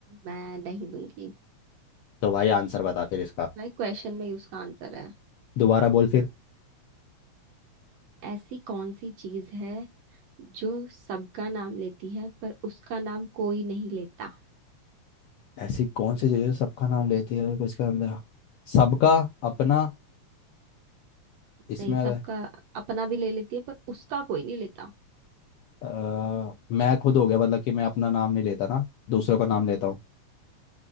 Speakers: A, on the right; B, on the left.
A: मैं नहीं दूंगी
B: तो भाई आंसर बता फिर इसका
A: भाई क्वेश्चन में ही उसका आंसर है
B: दोबारा बोल फिर
A: ऐसी कौन सी चीज है जो सबका नाम लेती है पर उसका नाम कोई नहीं लेता
B: ऐसी कौन सी चीज़ है जो सबका नाम लेती है और किसका नाम लेती है? सबका अपना इसमें
A: नहीं
B: अगर
A: सबका अपना भी ले लेती है पर उसका कोई नहीं लेता
B: अ, मैं खुद हो गया मतलब कि मैं अपना नाम नहीं लेता ना दूसरों का नाम लेता हूँ